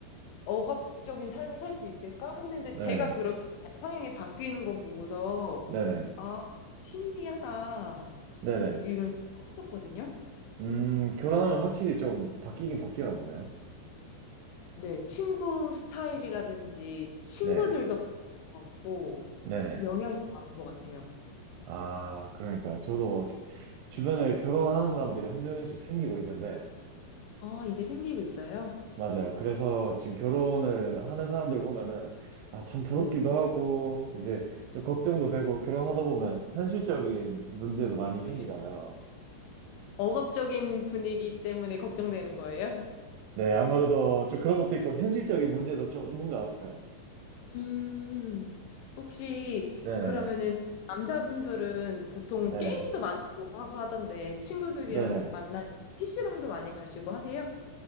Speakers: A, on the left; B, on the right.
A: 억압적인 삶을 살 수 있을까? 했는데
B: 네,
A: 제가 그렇게 성향이 바뀌는 거 보고서
B: 네네,
A: 아, 신기하다.
B: 네네.
A: 이런 생각 했었거든요.
B: 음, 결혼하면 확실히 좀 바뀌긴 바뀌나 보네요.
A: 네, 친구 스타일이라든지 친구들도
B: 네,
A: 바뀐 것 같고
B: 네네.
A: 영향이 많은 것 같아요.
B: 아, 그러니까 저도 아직 주변에 결혼하는 사람들이 한두 명씩 생기고 있는데,
A: 어, 이제 생기고 있어요?
B: 맞아요. 그래서 지금 결혼을 하는 사람들 보면은, 아, 참 부럽기도
A: 네.
B: 하고, 이제 좀 걱정도 되고, 결혼하다 보면 현실적인 문제도 많이 생기잖아요.
A: 네. 억압적인 분위기 때문에 걱정되는 거예요?
B: 네, 아무래도 좀 그런 것도 있고 현실적인 문제도 좀 있는 것 같아요.
A: 음, 혹시
B: 네네.
A: 그러면은 남자분들은 보통
B: 네,
A: 게임도 많이 좋아하고 하던데 친구들이랑
B: 네네.
A: 만나면 PC방도 많이 가시고 하세요?